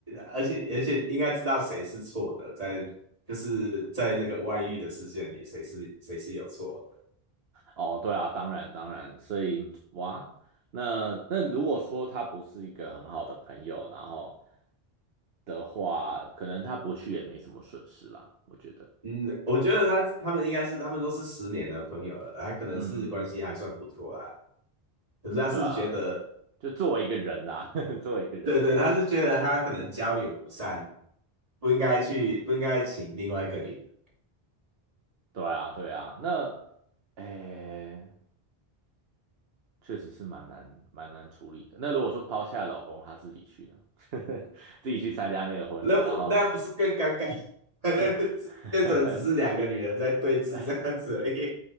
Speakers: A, on the right; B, on the right.
A: 而且而且应该知道谁是错的，在就是在那个外遇的事件里，谁是谁是有错。
B: 哦，对啊，当然当然，所以哇，那那如果说他不是一个很好的朋友，然后的话，可能他不去也没什么损失啦，我觉得，
A: 嗯，我觉得他他们应该是他们都是十年的朋友了，他可能是关系还算不错啦。
B: 嗯嗯嗯，
A: 可是他是觉得，
B: 对啊，就作为一个人呐、<laughs> 作为一个人的话，
A: 对对，他是觉得他可能交友不善，不应该去，不应该请另外一个女的
B: 对啊对啊，那诶，确实是蛮难蛮难处理的。那如果说抛下老公，他自己去呢，<laughs> 自己去参加那个婚礼，
A: 那我那不是更尴尬？
B: 然后
A: <laughs> 那只变成只是两个女人在对峙这样子而已。
B: <laughs> <laughs>